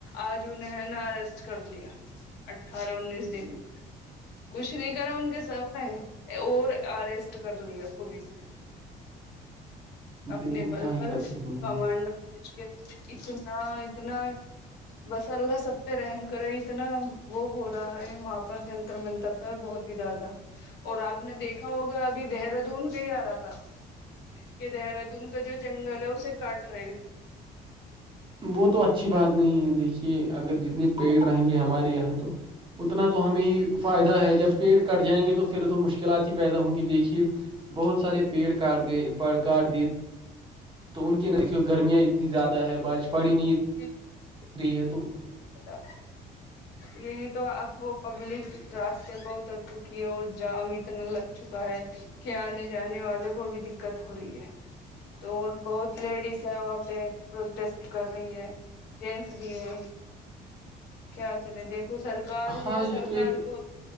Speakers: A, on the left (about 80°); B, on the right (about 30°).
A: آج انہیں ہے نا اریسٹ کر لیا اٹھارہ انیس دن میں کچھ نہیں کرا ان کے س نے اور اریسٹ کر لیا پولیس نے اپنے
B: دیکھو
A: بل
B: کیا ہی
A: پر
B: کر سکتے
A: کمانڈو
B: ہیں
A: کے اتنا اتنا <inaudible> بس اللہ سب پہ رحم کرے اتنا وہ ہو رہا ہے وہاں پر جنتر منتر پر بہت زیادہ اور آپ نے دیکھا ہوگا ابھی دہرادون گ ہی آ رہا تھا کہ دہرادون کا جو جنگل ہے اسے کاٹ رہے ہیں
B: وہ تو اچھی بات نہیں ہے دیکھیے اگر جتنے پیڑ رہیں گے ہمارے یہاں تو اتنا تو ہمیں ہی فائدہ ہے جب پیٹ کٹ جائیں گے تو پھر تو مشکلات ہی پیدا ہوں گی دیکھیے بہت سارے پیڑ کاٹ گئے کاٹ دی تو ان کی دیکھیے گرمیاں اتنی زیادہ ہے بارش پڑی نہیں
A: ایک <inaudible>
B: کرری ہے تو <inaudible>
A: ا تو <inaudible> یہی تو اب وہ پبلک راستے پر اتر چکی ہے اور جام اتنا لگ چکا ہے کہ آنے جانے والے کو بھی دقت ہو رہی ہے تو بہت لیڈیز ہے وہاں پہ پروٹیسٹ کر رہی ہے جینٹس بھی ہیں کیا کریں دیکھو سرکار ہے
B: ہاں یہ
A: سرکار
B: تو ایک
A: کو